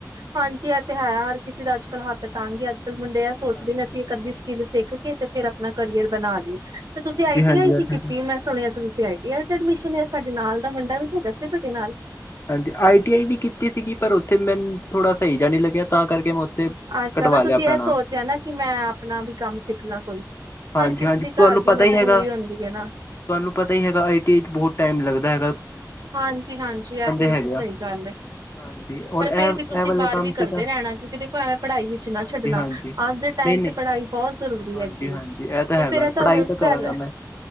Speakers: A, on the right; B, on the left.
A: ਹਾਂਜੀ ਏਹ ਤੇ ਹੈ, ਹਰ ਕਿਸੀ ਦਾ ਅੱਜ ਕੱਲ ਹੱਥ ਤੰਗ ਐ, ਅੱਜ ਕੱਲ ਮੁੰਡੇ ਏਹ ਸੋਚਦੇ
B: ਹਾਂਜੀ-ਹਾਂਜੀ,
A: ਨੇ ਅਸੀਂ ਇੱਕ ਅੱਧੀ ਸਕਿੱਲ ਸਿੱਖ ਕੇ ਤੇ ਫਿਰ ਆਪਣਾ ਕਰੀਅਰ ਬਣਾ ਲਈਏ, ਤੇ ਤੁਸੀਂ
B: ਹਾਂਜੀ-ਹਾਂਜੀ
A: ਆਈ ਟੀ ਆਈ
B: ਇਹ
A: ਕੀ
B: ਤਾਂ
A: ਕੀਤੀ
B: ਹੈਗਾ।
A: ਏ, ਮੈਂ ਸੁਣਿਆ ਸੀ ਤੁਸੀ ਤੁਸੀਂ ਆਈ ਟੀ ਆਈ ਤੇ ਐਡਮਿਸ਼ਨ ਲਿਆ? ਸਾਡੇ ਨਾਲ ਦਾ ਮੁੰਡਾ ਵੀ ਤੇ ਹੈਗਾ ਸੀ ਤੁਹਾਡੇ ਨਾਲ।
B: ਹਾਂਜੀ, ਆਈ ਟੀ ਆਈ ਵੀ ਕੀਤੀ ਸੀਗੀ, ਪਰ ਉੱਥੇ ਮੈਨੂੰ ਥੋੜ੍ਹਾ ਸਈ ਜਿਹਾ ਨੀ ਲੱਗਿਆ, ਤਾਂ ਕਰਕੇ ਮੈਂ ਉੱਥੇ
A: ਅੱਛਾ
B: ਕਟਵਾ
A: ਫਿਰ
B: ਲਿਆ
A: ਤੁਸੀਂ
B: ਆਪਣਾ
A: ਇਹ
B: ਨਾਮ
A: ਸੋਚਿਆ ਹੋਨਾ, ਕਿ ਮੈਂ ਆਪਣਾ ਵੀ ਕੰਮ ਸਿੱਖ ਲਾਂ ਕੋਈ?
B: ਹਾਂਜੀ-ਹਾਂਜੀ
A: ਹਰ ਕਿਸੇ ਦੀ
B: ਤੁਹਾਨੂੰ
A: ਘਰ
B: ਪਤਾ
A: ਦੀ ਮਜਬੂਰੀ
B: ਹੀ ਹੈਗਾ,
A: ਹੁੰਦੀ ਹੈ ਨਾ
B: ਤੁਹਾਨੂੰ ਪਤਾ ਹੀ ਹੈਗਾ, ਆਈ ਟੀ ਆਈ ਚ ਬਹੁਤ ਟਾਈਮ ਲੱਗਦਾ ਐ।
A: ਹਾਂਜੀ-ਹਾਂਜੀ ਇਹ ਤੇ ਤੁਸੀ,
B: ਹੈਗੇ
A: ਸਹੀ
B: ਆ।
A: ਗੱਲ ਐ।
B: ਹਾਂਜੀ ਔਰ
A: ਪਰ
B: ਇਹ
A: ਫੇਰ ਵੀ ਤੁਸੀਂ
B: ਇਹ ਵਾਲੇ
A: ਬਾਰਵੀ
B: ਕੰਮ
A: ਕਰਦੇ
B: ਤੇ ਤਾਂ
A: ਰਹਿਣਾ, ਕਿਉਂਕਿ ਦੇਖੋ ਐਵੇਂ ਪੜ੍ਹਾਈ ਵਿੱਚ ਨਾ
B: ਹਾਂਜੀ-ਹਾਂਜੀ
A: ਛੱਡਣਾ। ਅੱਜ ਦੇ ਟ ਟੈਮ
B: ਨਹੀਂ-ਨਹੀਂ
A: ਚ ਪੜ੍ਹਾਈ ਬਹੁਤ ਜ਼ਰੂਰੀ
B: ਹਾਂਜੀ
A: ਹੈਗੀ
B: ਹਾਂਜੀ
A: ਏ।
B: ਇਹ ਤਾਂ
A: ਤੇ
B: ਹੈਗਾ
A: ਫਿਰ ਏਹ ਤੁਹਾਨੂੰ
B: ਪੜ੍ਹਾਈ ਤਾਂ ਕਰਾਂਗਾ
A: ਸੈਲ,
B: ਮੈਂ